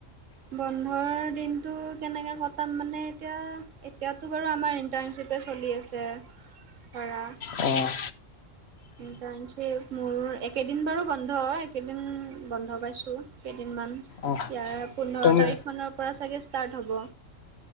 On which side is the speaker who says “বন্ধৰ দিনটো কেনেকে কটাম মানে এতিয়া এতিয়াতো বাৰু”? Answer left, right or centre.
Right